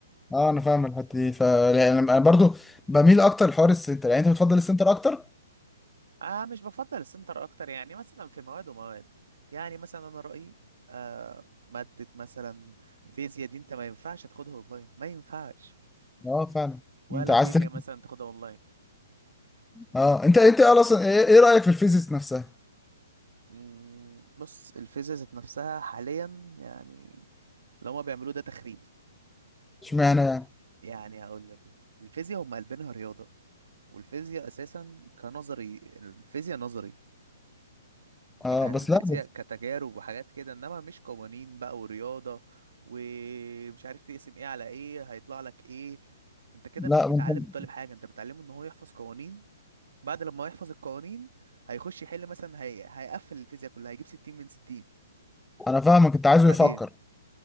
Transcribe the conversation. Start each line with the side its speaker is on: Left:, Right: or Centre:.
Centre: اه انا فاهم الحته دي ف يعني انا برضه بميل اكتر لحوار السنتر يعني انت بتفضل السنتر اكتر
Right: اه مش بفضل السنتر اكتر يعني مثلا في مواد ومواد يعني مثلا انا رايي آه ماده مثلا فيزياء دي انت ما ينفعش تاخدها اونلاين ما ينفعش
Centre: اه فعلا
Right: ولا
Centre: انت عايز
Right: كيمياء
Centre: تك...
Right: مثلا تاخدها اونلاين
Centre: اه انت انت اصلا ايه إيه رايك في الفيزيكس نفسها
Right: مم، بص الفيزياء ذات نفسها حاليا يعني اللي هما بيعملوه ده تخريب
Centre: اشمعنى يعني
Right: يعني هقول لك الفيزياء هم قلبينها رياضه والفيزياء اساسا كنظري الفيزياء نظري
Centre: اه
Right: يعني
Centre: بس
Right: الفيزياء
Centre: لا بس
Right: كتجارب وحاجات كده انما مش قوانين بقى ورياضة ومش عارف تقسم ايه على ايه هيطلع لك ايه انت كده
Centre: لا
Right: مش بتعلم
Centre: انت-
Right: الطالب حاجة انت بتعلمه ان هو يحفظ قوانين بعد لما يحفظ القوانين هيخش يحل مثلا هي... هيقفل الفيزياء كلها هيجيب 60 من 60
Centre: انا فاهمك انت عايزه
Right: وبعدين
Centre: يفكر